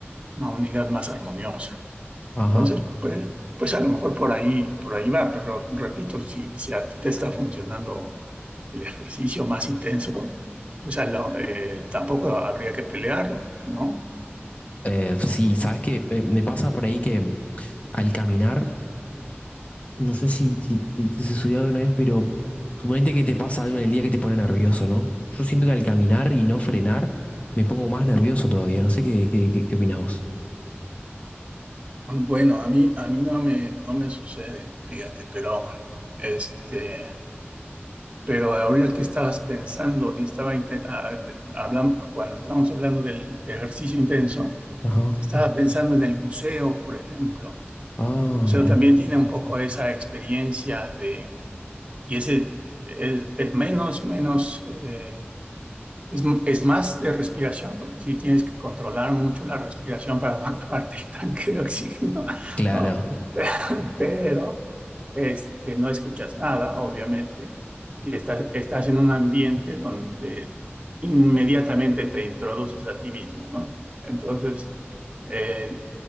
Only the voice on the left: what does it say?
ajá.
Eh, sí, sabes que me pasa por ahí que al caminar, no sé si, si, si- si se subió alguna vez, pero suponete que te pasa algo en el día que te pone nervioso, ¿no? Yo siento que al caminar y no frenar me pongo más nervioso todavía. No sé qué, qué, qué, qué opinás vos.
Ajá.
Ah,
mira.
Claro.